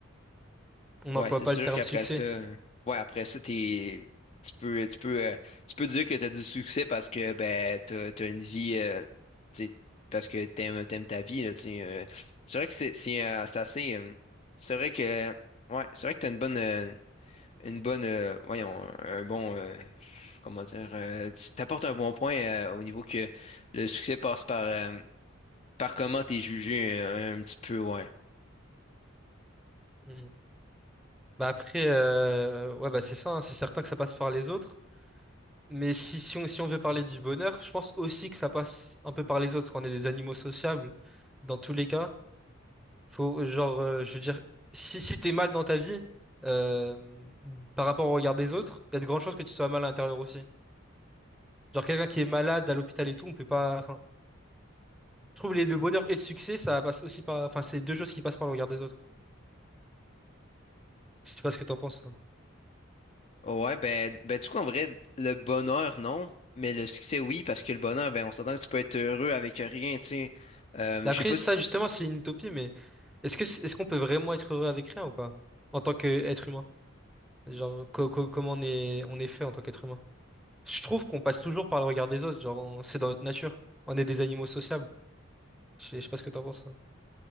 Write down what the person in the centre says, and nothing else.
On
n'emploie
pas
le terme
succès.
Mm. Bah après, euh, ouais, bah c'est ça, hein, c'est certain que ça passe par les autres. Mais si, si on, si on veut parler du bonheur, je pense aussi que ça passe un peu par les autres, qu'on est des animaux sociables. Dans tous les cas, faut, genre, euh, je veux dire, si, si t'es mal dans ta vie, euh, par rapport au regard des autres, il y a de grandes chances que tu sois mal à l'intérieur aussi. Genre, quelqu'un qui est malade à l'hôpital et tout, on peut pas. Enfin, je trouve les- le bonheur et le succès, ça passe aussi par. Enfin, c'est deux choses qui passent par le regard des autres. Je sais pas ce que t'en penses, toi.
Après,
ça,
justement, c'est une utopie, mais est-ce que, c'est- est-ce qu'on peut vraiment être heureux avec rien ou pas? En tant qu'être humain? Genre, co- co- comment on est, on est fait en tant qu'être humain. Je trouve qu'on passe toujours par le regard des autres, genre, on- c'est dans notre nature. On est des animaux sociables. Je sais, je sais pas ce que t'en penses. hein.